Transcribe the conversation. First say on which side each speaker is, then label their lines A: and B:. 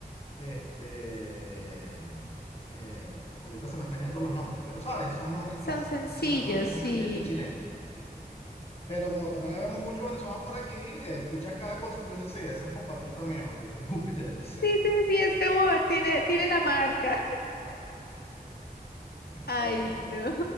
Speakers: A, on the left (about 40°); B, on the left (about 80°).
A: este, mm, eh, ahorita se me están yendo los nombres, pero ¿sabes? Son nombres
B: son
A: clásicos.
B: sencillos,
A: Tú dices, "No, esa, esa
B: sí.
A: señorita es chilena. Pero como también habemos muchos venezolanos por aquí, escuchas cada cosa y tú dices, sí, ese es compatriota mío, no te preocupes, <laughs> ya yo sé.
B: Sí, sí, sí, es como tiene, tiene la marca. <laughs> Ay,
A: Ay, broma.
B: no.